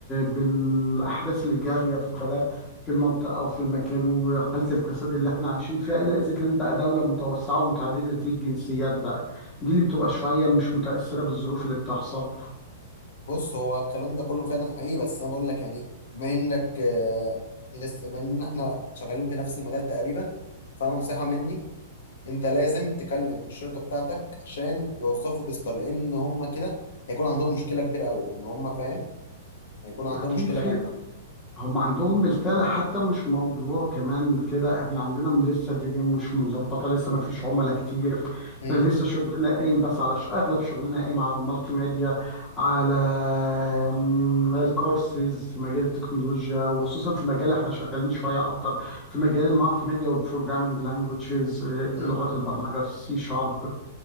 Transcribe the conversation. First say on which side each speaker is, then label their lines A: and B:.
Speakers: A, on the left; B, on the left.
A: بالأحداث اللي جارية في بلاء في المنطقة أو في المكان وحالة الكساد اللي إحنا عايشين فيها إلا إذا كانت بقى دولة متوسعة ومتعددة الجنسيات بقى دي اللي بتبقى شوية مش متأثرة بالظروف اللي بتحصل
B: بص هو الكلام ده كله فعلا حقيقي بس انا بقول لك يعني إيه، بما انك آه، لسه بما ان احنا شغالين في نفس المجال تقريبا فانا نصيحه مني انت لازم تكلم الشركه بتاعتك عشان يوظفوا تيستر لان هم كده هيكون عندهم مشكله كبيره قوي ان هم فاهم هيكون عندهم
A: أكيد
B: مشكلة
A: في
B: جامدة
A: هم عندهم بالفعل حتى مش موضوع كمان كده احنا عندنا من لسه الدنيا مش مظبطه لسه ما فيش عملاء كتير
B: امم
A: لسه شغلنا قايم بس على ش... اغلب شغلنا قايم على المالتي ميديا على م- الكورسز في مجال التكنولوجيا وخصوصا في مجال احنا شغالين شويه اكتر في مجال المالتي ميديا والبروجرامينج لانجويجز
B: امم
A: لغه البرمجه السي شارب